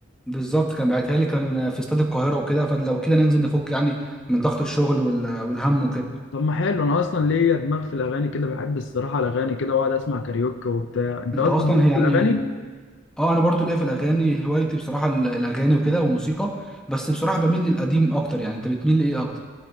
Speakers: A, in the centre; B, on the left.
A: بالظبط كان باعتها لي كان في استاد القاهره وكده فلو كده ننزل نفك يعني من ضغط الشغل وال- والهم وكده
B: طب ما حلو انا اصلا ليا دماغ في الاغاني كده بحب الصراحه الاغاني كده واقعد اسمع كاريوكي وبتاع انت
A: انت
B: اصلا
A: اصلا
B: ليك
A: هي يعني
B: في الاغاني
A: اه انا برضو ليا في الاغاني هوايتي بصراحه ال- الاغاني وكده والموسيقى بس بصراحه بميل للقديم اكتر يعني انت بتميل لايه اكتر